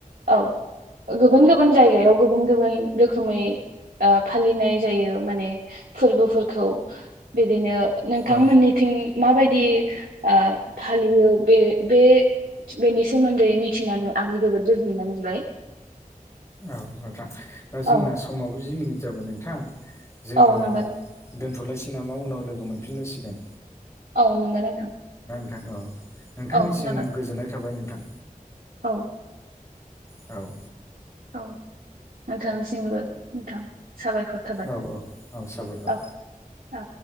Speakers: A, on the right; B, on the left.
A: औ गुबुन गुबुन जायगायाव गुबुन गुबुन रोखोमै ओ फालिनाय जायो माने फोरबोफोरखौ बिदिनो नोंथांमोननिथिं
B: औ
A: माबायदि ओ फालियो बे बे बेनि सोमोन्दै मिथिनानै आं जोबोद गोजोननाय मोनबाय।
B: औ नोंथां दा
A: औ
B: जोंना समाबो जि मिनिट जाबाय नोंथां जोङो
A: औ नंगौ
B: दोनथ'लायसै नामा उनाव लोगो मोनफिनलायसिगोन।
A: औ नंगो नोंथां
B: थां अ नोंथांनिसिम
A: औ खोनाबाय
B: गोजोननाय थाबाय नोंथां।
A: औ
B: औ
A: औ नोंथांनिसिमबो नोंथां साबायखर थाबाय
B: औ औ औ साबायखर
A: औ औ